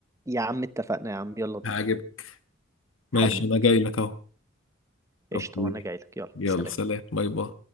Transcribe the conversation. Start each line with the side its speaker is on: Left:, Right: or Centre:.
Right: يا عم اتفقنا يا عم يلا بينا
Left: هعجبك
Right: حبيبي
Left: ماشي أنا جاي لك أهو
Right: قشطة
Left: أوكي
Right: وانا جاي لك يلا
Left: يلا
Right: سلام
Left: سلام باي باي